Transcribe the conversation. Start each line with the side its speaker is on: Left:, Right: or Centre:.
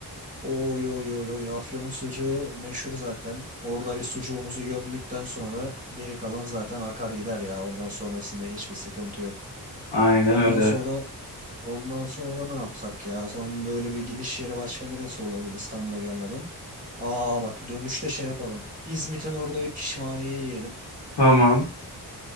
Right: Oy oy oy oy Afyon'un sucuğu meşhur zaten. Orada bir sucuğumuzu gömdükten sonra geri kalan zaten akar gider ya. Ondan sonrasında hiçbir sıkıntı yok.
Left: Aynen
Right: Ondan
Left: öyle.
Right: sonra ondan sonra ne yapsak ya? Son böyle bir gidiş yeri başka neresi olabilir İstanbul'a gelmeden? Aa bak dönüşte şey yapalım. İzmit'in orada bir pişmaniye yiyelim.
Left: Tamam.